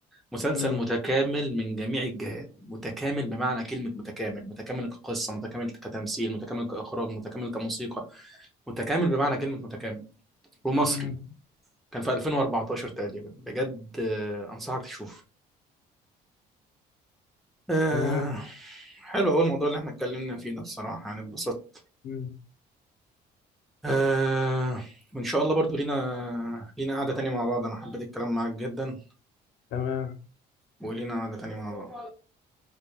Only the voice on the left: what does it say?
مم.
مم.
تمام
مم.
تمام